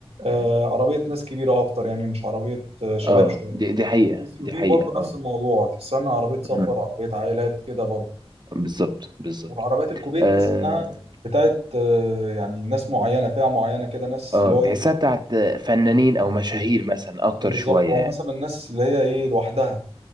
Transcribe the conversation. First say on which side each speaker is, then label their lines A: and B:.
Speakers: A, on the right; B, on the right.
A: آه
B: امم.
A: عربية ناس كبيرة اكتر يعني مش عربية آه شباب
B: اه
A: شوية
B: دي دي حقيقة
A: الاس
B: دي
A: يو في
B: حقيقة
A: برضو نفس
B: اه
A: الموضوع تحسها انها عربية سفر
B: امم.
A: عربية عائلات كده برضو
B: بالظبط بالظبط
A: والعربيات الكوبيه
B: آه
A: تحس انها بتاعت آه يعني ناس معينة فئة معينة كده ناس
B: اه
A: اللي هو
B: تحسها
A: ايه
B: بتاعت فنانين او مشاهير مثلا اكتر
A: آه، بالظبط
B: شويه
A: او
B: يعني
A: مثلا ناس اللي هي ايه لوحدها